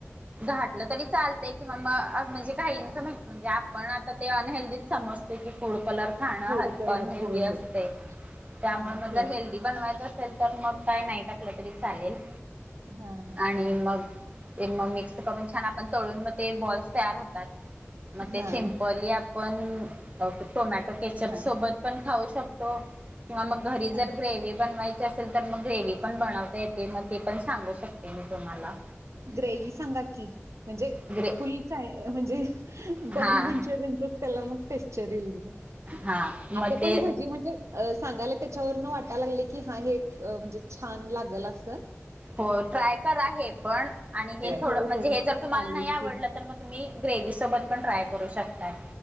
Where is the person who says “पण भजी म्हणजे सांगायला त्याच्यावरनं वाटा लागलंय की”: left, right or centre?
Right